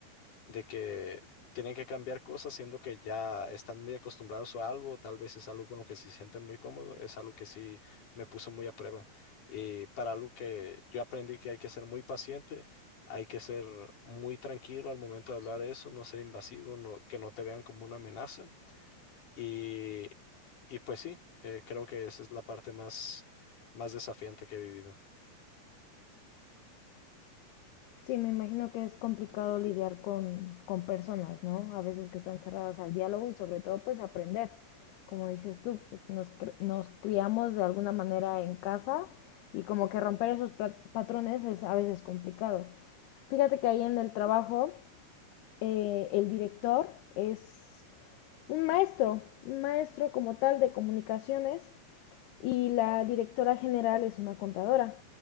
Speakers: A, on the left; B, on the left.
A: de que tienen que cambiar cosas, siendo que ya están muy acostumbrados a algo, tal vez es algo con lo que se sienten muy cómodos, es algo que sí me puso muy a prueba. Y para algo que yo aprendí que hay que ser muy paciente, hay que ser muy tranquilo al momento de hablar eso, no ser invasivo, no, que no te vean como una amenaza. Y, y pues sí, eh, creo que esa es la parte más, más desafiante que he vivido.
B: Sí, me imagino que es complicado lidiar con, con personas, ¿no? A veces que están cerradas al diálogo y sobre todo pues aprender. Como dices tú, pues, nos, cr- nos criamos de alguna manera en casa y como que romper esos pra- patrones es a veces complicado. Fíjate que ahí en el trabajo eh, el director es un maestro, un maestro como tal de comunicaciones y la directora general es una contadora.